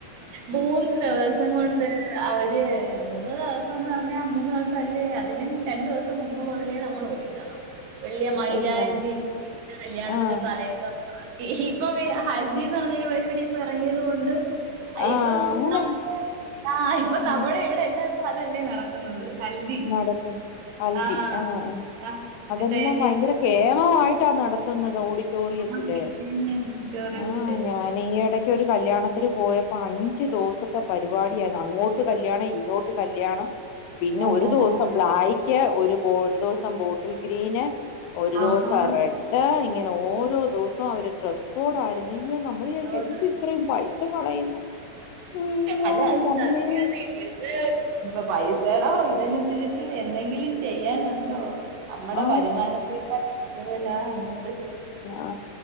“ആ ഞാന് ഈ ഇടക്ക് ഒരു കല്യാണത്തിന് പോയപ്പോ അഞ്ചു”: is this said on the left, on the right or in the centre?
Left